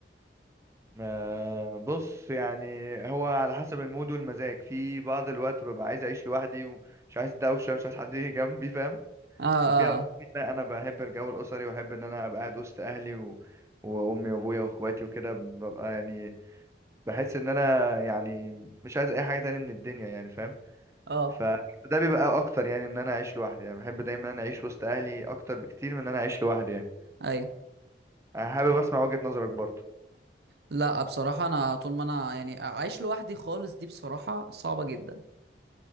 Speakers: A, on the right; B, on the right.
A: آه بص يعني هو على حسب المود والمزاج في بعض الوقت ببقى عايز اعيش لوحدي ومش عايز دوشه مش عايز حد يجي جنبي فاهم
B: اه
A: وفي
B: اه
A: اوقات تانية لا انا بحب الجو الاسري واحب ان انا ابقى قاعد وسط اهلي و... وامي وابويا واخواتي وكده ببقى يعني بحس ان انا يعني مش عايز اي حاجه تانية من الدنيا يعني فاهم
B: اه آه.
A: فده بيبقى اكتر يعني ان انا اعيش لوحدي يعني بحب دايما ان انا اعيش وسط اهلي اكتر بكتير من ان انا اعيش لوحدي يعني
B: ايوه
A: انا حابب اسمع وجهة نظرك برضه
B: لا بصراحة انا طول ما انا يعني عايش لوحدي خالص دي بصراحة صعبة جدا